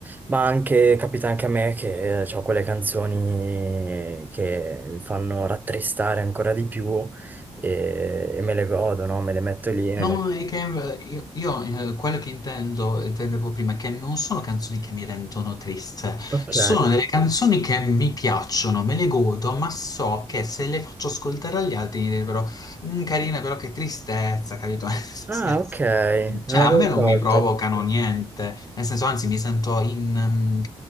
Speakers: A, on the right (about 15°); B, on the left (about 35°).
A: ma anche capita anche a me che ho quelle canzoni che mi fanno rattristare ancora di più e, e me le godo, no? Me le metto lì e
B: No,
A: me-
B: no, è che eh, io, io, eh, quello che intendo, intendevo prima, è che non sono canzoni che mi rendono triste,
A: Ok.
B: sono delle canzoni che mi piacciono, me le godo, ma so che se le faccio ascoltare agli altri mi direbbero, "Mm, carina, però che tristezza, capito? <laughs> Nel senso-
A: Ah, ok,
B: Cioè,
A: non avevo
B: a me
A: colto.
B: non mi provocano niente, nel senso, anzi, mi sento in, ehm,